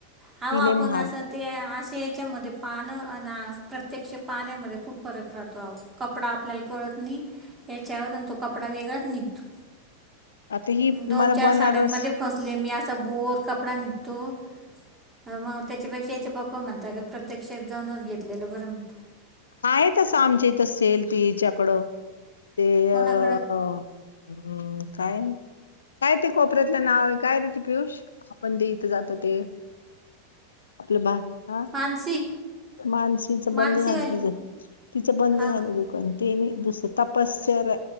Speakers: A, on the right; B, on the left.
A: हाव
B: ति
A: आपण
B: लय महाग
A: असत ते अशे याच्यामध्ये, पान आणि प्रत्यक्ष पाण्यामध्ये खूप फरक राहतो आव. कपडा आपल्याला कळत नाही, याच्यावर आणि तो कपडा वेगळाच निघतो.
B: आता ही
A: दोन-
B: मला
A: चार
B: बनारस
A: साड्यांमध्ये फसले मी, असा बोर कपडा निघतो, मग त्याच्यापेक्षा याच्या पप्पा पपा म्हणता, की प्रत्यक्षात जाऊनच घेतलेलं बरं म्हणंता.
B: आहे तसं आमच्या इथ, सेल ते हिच्याकडं ते,
A: कोणाकडं
B: अ हम्म काय? काय ते कोपऱ्यातलं नाव आहे काय रे ते पियुष? आपण ते इथं जातो ते. आपलं बा, हा.
A: मानसी.
B: मानसीच बंद
A: मानसीवाली
B: झालं तिचं, तिचं बंद
A: हां
B: झालं
A: का
B: दुकान, ते नाही दुसरं. तपसर,